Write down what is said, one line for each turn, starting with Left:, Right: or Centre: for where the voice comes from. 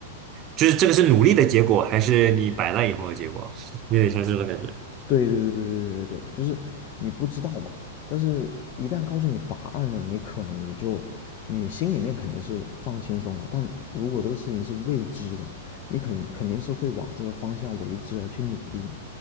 Right: 就是这个是努力的结果，还是你摆烂以后的结果，有点像是这种感觉。
Left: 对对对对对对对，就是你不知道嘛，但是一旦告诉你答案了，你可能也就你心里面肯定是放轻松了，但如果这个事情是未知的，你肯肯定是会往这个方向为之而去努力嘛。